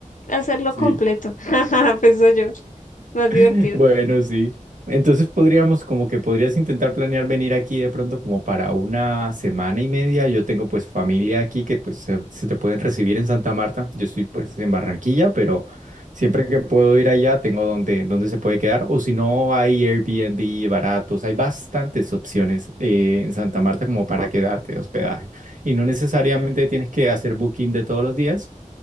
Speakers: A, on the left; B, on the right.
A: hacerlo
B: Sí.
A: completo. <laughs> Jajaja, Pensó yo, más divertido.
B: <laughs> Bueno, sí. Entonces podríamos, como que podrías intentar planear venir aquí de pronto como para una semana y media. Yo tengo pues familia aquí que pues se, se te pueden recibir en Santa Marta. Yo estoy pues en Barranquilla, pero siempre que puedo ir allá tengo donde, donde se puede quedar. O si no, hay Airbnb baratos. Hay bastantes opciones eh, en Santa Marta como para quedarte de hospedaje. Y no necesariamente tienes que hacer booking de todos los días